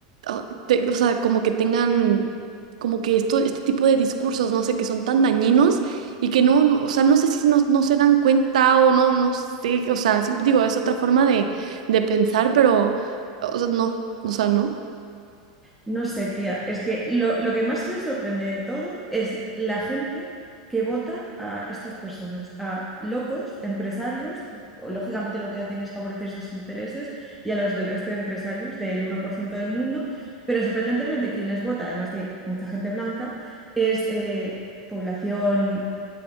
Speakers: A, on the right; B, in the centre.
A: ah, te- o sea, como que tengan, como que esto, este tipo de discursos, no sé, que son tan dañinos y que no, no, o sea, no sé si no, no se dan cuenta o no, no sé, o sea, sí, digo, es otra forma de, de pensar, pero, o sea, no, o sea, no,
B: No sé, tía, es que lo, lo que más me sorprende de todo es la gente que vota a estas personas, a locos, empresarios, que o, lógicamente lo que hacen es favorecer sus intereses, y a los del resto de empresarios del uno por ciento del mundo, pero sorprendentemente quien les vota, además de mucha gente blanca, es eh, población